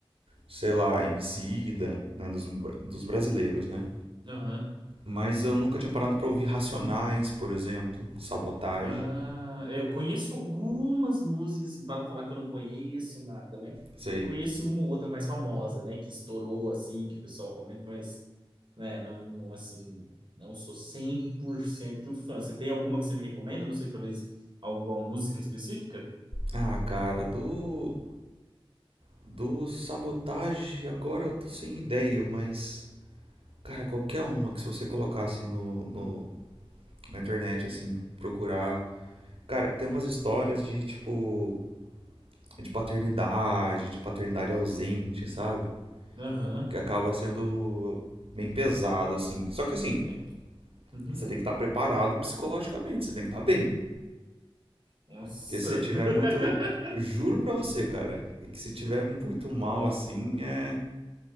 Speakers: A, on the right (about 80°); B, on the right (about 55°).
A: sei lá, Emicida, né, dos, dos brasileiros, né?
B: aham.
A: Mas eu nunca tinha parado pra ouvir Racionais, por exemplo, Sabotagem,
B: Ah, é, eu conheço algumas músicas, assim, para não falar que eu não conheço nada, né?
A: sei.
B: Conheço uma ou outra mais famosa, né? Que estourou, assim, que o pessoal comenta, mas, né, não, não, assim, não sou 100% fã. Você tem alguma que você me recomenda? Não sei, talvez alguma música específica?
A: Ah, cara, do do Sabotagem agora eu tô sem ideia, mas cara, qualquer uma que se você colocar assim no, no na internet assim, procurar, cara, tem umas histórias de tipo de paternidade, de paternidade ausente, sabe?
B: Aham.
A: Que acaba sendo bem pesado assim. Só que assim,
B: É que- uhum.
A: Você tem que estar preparado psicologicamente, você tem que estar bem.
B: Nossa.
A: Porque se você tiver
B: <laughs>
A: muito. Juro pra você, cara, é que se tiver muito mal assim, é.